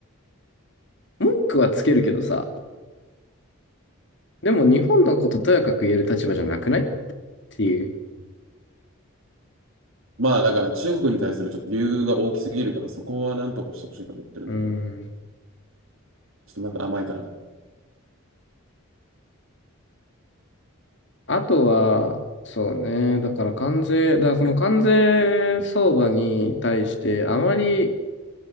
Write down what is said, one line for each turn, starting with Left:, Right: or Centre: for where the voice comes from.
Left: 文句はつけるけどさ。
Right: 日本
Left: でも日本のこととやかく言える立場じゃなくないっていう。
Right: まあ、だから中国に対するちょっと優遇が大きすぎるから、そこはなんとかしてほしいと思ってるんだろうね。
Left: うん。
Right: ちょっとまだ甘いから。うん
Left: あとは、そうね。だから関税、だからその関税相場に対してあまり